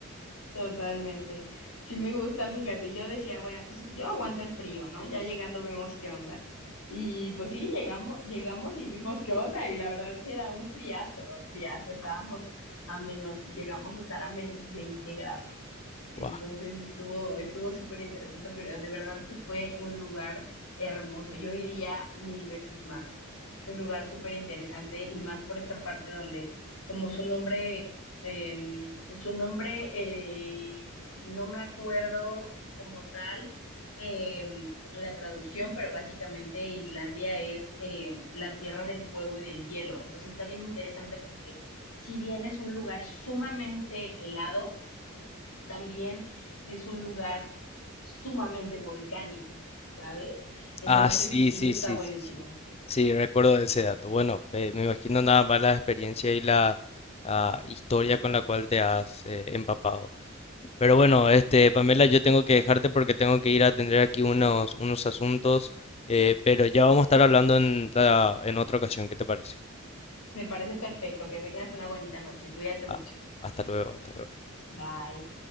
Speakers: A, on the left; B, on the left.
A: Totalmente. Sí me gusta, fíjate, yo decía, bueno, pues yo aguanto el frío, ¿no? Ya llegando vemos qué onda. Y pues sí, llegamos, llegamos y vimos qué onda, y la verdad sí era un friazo, friazo, estábamos a menos, llegamos a estar a menos 20 grados. Entonces
B: Guau.
A: estuvo, estuvo súper interesante, pero de verdad que fue un lugar hermoso. Yo iría mil veces más. Es un lugar súper interesante y más por esta parte donde, como su nombre eh, su nombre, eh, no me acuerdo como tal eh, la traducción, pero básicamente Islandia es eh, la tierra del fuego y del hielo. Entonces está bien interesante porque si bien es un lugar sumamente helado, también es un lugar sumamente volcánico, ¿sabes? Entonces,
B: Ah, sí,
A: pues eso
B: sí,
A: está
B: sí,
A: buenísimo.
B: sí, sí. Sí, recuerdo ese dato. Bueno, eh, me imagino nada más la experiencia y la ah, historia con la cual te has eh, empapado. Pero bueno, este, Pamela, yo tengo que dejarte porque tengo que ir a atender aquí unos, unos asuntos, eh, pero ya vamos a estar hablando en, la- en otra ocasión, ¿qué te parece?
A: Me parece perfecto. Que tengas una bonita noche. Cuídate mucho.
B: Ah, hasta luego, hasta luego.
A: Bye.